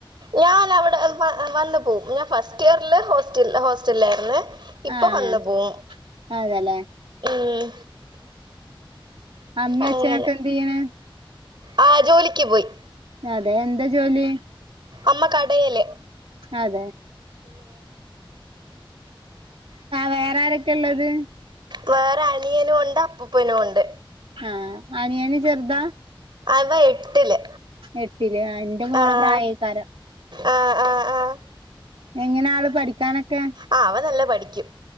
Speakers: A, on the right; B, on the right.
A: ഞാനവിടെ വ വന്ന് പോവും ഞാൻ ഫസ്റ്റ് ഇയറിൽ ഹോസ്റ്റൽ ഹോസ്റ്റലിലായിരുന്നു ഇപ്പൊ
B: ആഹ്
A: വന്ന് പോവും
B: അതെല്ലേ
A: ഉം
B: അമ്മ
A: അങ്ങനെ
B: അച്ഛനൊക്കെ എന്ത് ചെയ്യണ്
A: ആഹ് ജോലിക്ക് പോയി
B: അതെ എന്താ ജോലി
A: അമ്മ കടയല്
B: അതെ വേറെ ആരൊക്കെ ള്ളത്
A: വേറെ അനിയനുണ്ട് അപ്പൂപ്പനു ഉണ്ട്
B: ആഹ അനിയന് ചെർദാ
A: അവ എട്ടില്
B: എട്ടില് അ ഇന്റെ മോളെ
A: ആഹ്
B: പ്രായയ് കാരം
A: ആഹ് ആഹ് ആഹ്
B: എങ്ങനെ ആള് പഠിക്കാനൊക്കെ
A: ആ അവ നല്ല പഠിക്കും